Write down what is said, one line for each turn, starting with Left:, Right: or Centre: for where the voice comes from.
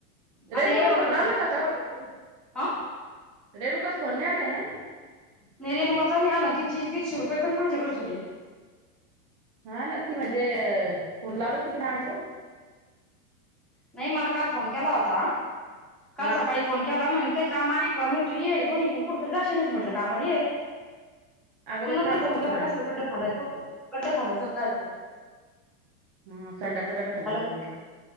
Right: रेणुकाला
Centre: आता एवढं
Right: फोन
Centre: खताच्या
Right: लावला होता
Centre: पाणी <unintelligible> आ.
Right: रेनुकास फोन नेलाय ना.
Centre: नाही रेणुकाचा नाही आला तीचे तीनशे रुपये पण माझ्याकडेच होते.
Right: हा ना ती म्हणजे फोन लावलाच ती आली हो.
Centre: नाही मला काल फोन केला होता, काल
Right: हा
Centre: सकाळी फोन केला मग काही काम आहे का म्हण? तू ये दोनही कु कुठ तर जाशीनच म्हटलं कामाला ये
Right: अगं बाई
Centre: म नंतर
Right: काम करत
Centre: फोन
Right: होता
Centre: केला
Right: ना
Centre: कशाचा गड्डा खनायचा होता. गड्डा खनायचा काय?
Right: हा संडासचा खड्डा खनायचा
Centre: हॅलो
Right: होता न तीला